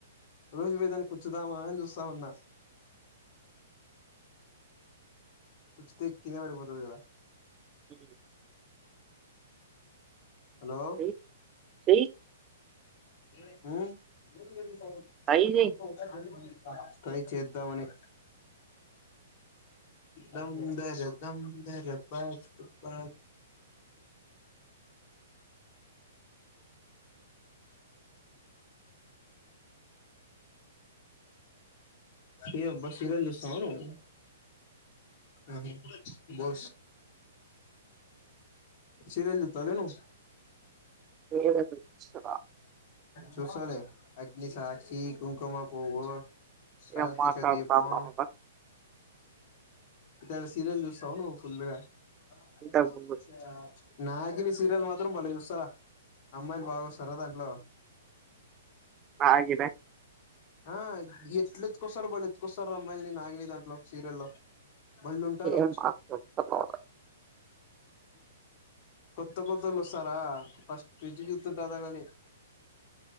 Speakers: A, on the left (about 45°); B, on the right (about 25°).
A: రోజుపోయి దాని కూచ్చుదామా అని చూస్తునా కుచ్చతే కిందా పడి పోతది కదా
B: ఉమ్
A: హలో
B: చెయ్యి చెయ్యి
A: ఉమ్ ఓ వస్తావా ప్రదీప్
B: ట్రై చెయ్యి
A: మళ్ళీ ట్రై చేద్దాం అని దమ్ ధరే దమ్ ధరే ప ప ఏం అబ్బా సీరియల్ చూస్తున్నావా నువ్వు ఆనీ బో సీరియల్ సుత్తానే ను
B: లేదు నువ్ స్తావా
A: చూసాలే అగ్ని సాక్షి కుంకుమ పువ్వు కార్తక
B: ఏం మాట్లాడుతున్నావు
A: దీపం ఇట్టారీ సిరియల్ చూస్తావ నువ్వు ఫుల్ గా నా
B: ఇంతకు
A: ఆబో
B: ముందు
A: చా నాగిని సీరియల్ మాత్రం బలే చూస్తారా, అమ్మాయిలు బాగా వస్తారా దాంట్లో.
B: నాగినీ నా
A: ఆ ఎట్లు ఎత్తుకొస్తారో బళ్ ఎత్తుకొస్తారా అమ్మాయిలునీ నాగినీ దాంట్లో సీరియల్లో బళ్ళుంటారు
B: ఏం మాట్లాడుతున్నావ్ రా
A: కొత్త కొత్తళ్ళు వస్తారా ఫస్ట్ నుంచి జుత్తుంట దండ్లని